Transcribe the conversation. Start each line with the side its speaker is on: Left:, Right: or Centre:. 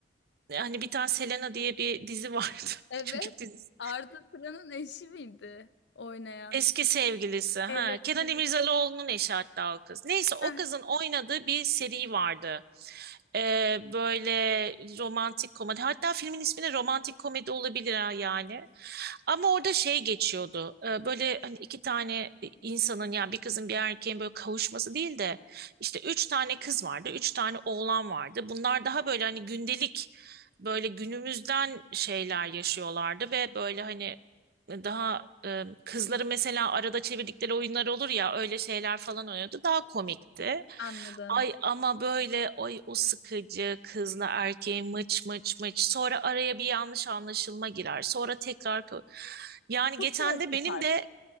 Right: Hani bir tane Selena diye bir dizi vardı. <laughs>
Left: Evet.
Right: Çocuk dizisi.
Left: Arda Turan'ın eşi miydi oynayan?
Right: Eski sevgilisi. Ha.
Left: Evet,
Right: Kenan
Left: evet.
Right: İmirzalıoğlu'nun eşi hatta o kız. Neyse o
Left: Heh,
Right: kızın oynadığı bir seri vardı. Ee, böyle romantik komedi. Hatta filmin ismi de romantik komedi olabilir ha yani. Ama orada şey geçiyordu. Ee, böyle hani iki tane insanın yani bir kızın bir erkeğin böyle kavuşması değil de işte üç tane kız vardı, üç tane oğlan vardı. Bunlar daha böyle hani gündelik böyle günümüzden şeyler yaşıyorlardı ve böyle hani daha e, kızların mesela arada çevirdikleri oyunlar olur ya öyle şeyler falan oynuyordu. Daha komikti.
Left: Anladım.
Right: Ay ama böyle ay o sıkıcı kızla erkeği mıç mıç mıç sonra araya bir yanlış anlaşılma girer. Sonra tekrar ko- yani
Left: Çok
Right: geçen
Left: klasik
Right: de benim
Left: artık.
Right: de